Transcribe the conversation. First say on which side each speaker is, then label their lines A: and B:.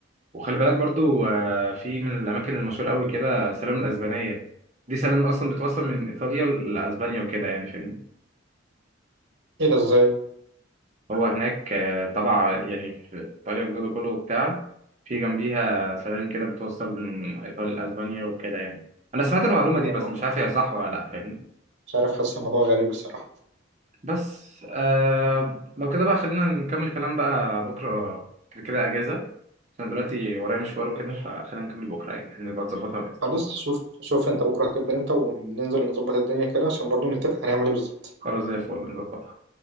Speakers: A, on the right (about 35°); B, on the right (about 55°).
A: وخلي بالك برضو آه، في من الاماكن المشهورة قوي كده سلام الاسبانية دي سلام اصلا بتوصل من ايطاليا لاسبانيا وكده يعني فاهمني
B: ايه ده ازاي
A: هو هناك آه، طبعا يعني في ايطاليا والجو ده كله وبتاع في جنبيها سلام كده بتوصل من ايطاليا لاسبانيا وكده يعني انا سمعت المعلومة دي
B: الموضوع
A: بس مش عارف هي صح ولا لا فاهمني
B: مش عارف حاسس الموضوع غريب الصراحه
A: بس آه لو كده بقى خلينا نكمل كلام بقى بكرة كده كده أجازة عشان دلوقتي ورايا مشوار وكده فخلينا نكمل بكرة يعني نبقى نظبطها وكده
B: خلاص شوف شوف انت بكره هتبدا امتى وننزل نظبط الدنيا كده عشان برضو نتفق هنعمل ايه بالظبط
A: خلاص زي الفل نظبطها